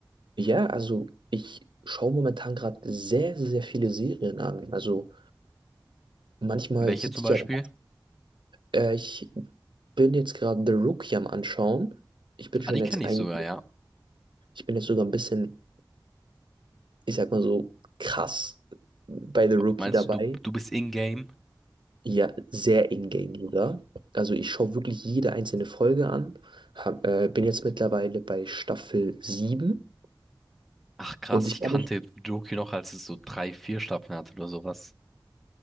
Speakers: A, on the right; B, in the centre.
A: ja, also ich schaue momentan gerade sehr, sehr, sehr viele Serien an. Also manchmal
B: Welche
A: sitze
B: zum
A: ich
B: Beispiel?
A: ja, da. äh, ich bin jetzt gerade The Rookie am Anschauen. Ich bin schon
B: Ah, die
A: jetzt
B: kenne
A: ein,
B: ich sogar, ja.
A: ich bin jetzt sogar ein bisschen, ich sag mal so, krass bei The
B: Me-
A: Rookie
B: Meinst
A: dabei.
B: du, du, du bist in-game?
A: Ja, sehr in-game sogar. Also ich schaue wirklich jede einzelne Folge an. Hab, äh, bin jetzt mittlerweile bei Staffel sieben
B: Ach krass,
A: und ich
B: ich
A: kann
B: kannte
A: mich,
B: Doki noch, als es so drei, vier Staffeln hatte oder sowas.